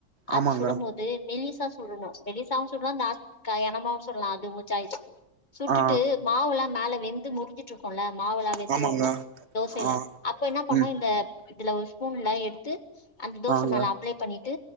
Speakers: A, on the right; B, on the left.
A: ஆமாங்க
B: அது சுறம் மோது மெல்லிஸா சுட்றணு மெல்லிசாவு சுட்றா தாஸ் கய கனமாவு சுட்லா அது உங்க சாய்ஸ் சுட்டுட்டு
A: ஆ
B: மாவுல்லா மேல வெந்து மு வெந்துட்டுருக்கோல மாவெளா வெந்துரோ
A: ஆமாங்க
B: தோசைல
A: ஆ
B: அப்ப என்னா பண்ணோ
A: ம்
B: இந்த இதுல ஒர் ஸ்பூன்ல எடுத்து அந்த தோச
A: ஆங்க
B: மேல அப்ளே பண்ணிட்டு